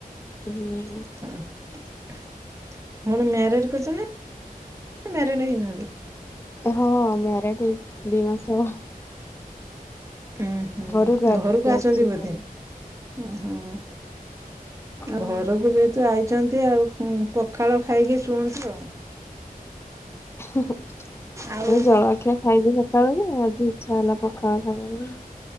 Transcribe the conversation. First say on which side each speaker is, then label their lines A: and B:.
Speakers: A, on the left; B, on the right.
A: ହୁଁ
B: <unintelligible> ଆପଣ ମ୍ୟାରେଡ କରିଛନ୍ତି ନା ମ୍ୟାରେଡ ହେଇନାହାନ୍ତି?
A: ହଁ ମ୍ୟାରେଡ ହେଇଛି ଦିମାସ।
B: ଉୁଁ ହୁଁ
A: ଘରକୁ ଆସିଛି
B: ଘରକୁ ଆସନ୍ତି
A: ଅଛି
B: ବୋଧେ
A: ଘରେ
B: ଉ ହଁ।
A: ହୁଁ
B: ଆଉ ଘରକୁ ଯେହେତୁ ଆଇଛନ୍ତି ଆଉ। ହୁଁ ପଖାଳ ଖାଇକି ଶୁଅନ୍ତୁ ଆଉ।
A: ଏଇ
B: ଆଉ
A: ଜଳଖିଆ ଖାଇଚି ସକାଳେ ଯେ ଆଜି ଇଚ୍ଛା ହେଲା ପଖାଳ ଖାଇବାକୁ।